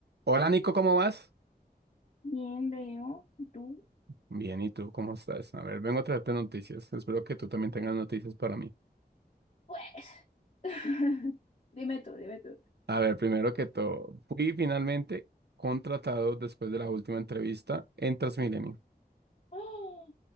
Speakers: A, on the right; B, on the left.
A: Hola Nico, ¿cómo vas?
B: Bien, veo. ¿Tú?
A: Bien, ¿y tú cómo estás? A ver, vengo a traerte noticias. Espero que tú también tengas noticias para mí.
B: Pues. <laughs> Dime tú, dime tú.
A: A ver, primero que todo, fui finalmente contratado después de la última entrevista en Transmilenio.
B: ¡Oh!